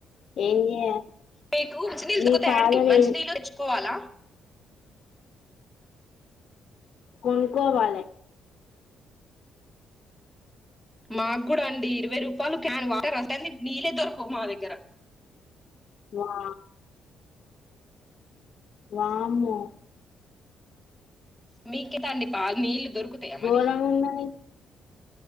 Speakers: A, on the left; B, in the centre.
A: ఏం చేయ
B: మీకు మంచి నీలు
A: మీ
B: దొకుతాయండి
A: ఫాదర్
B: మంచి
A: ఏం
B: నీళ్ళు తెచ్చుకోవాలా
A: కొనుకోవాలె
B: మా కూడ అండి ఇరవై రూపాయలు క్యాన్ వాటర్ అస్ టని నీళ్లేే దొరకవు మా దగ్గర
A: వా వామ్మో
B: మీకే దాండి పాలు నీళ్లు దొరుకుతాయా మరి
A: ఘోరంగా ఉన్నది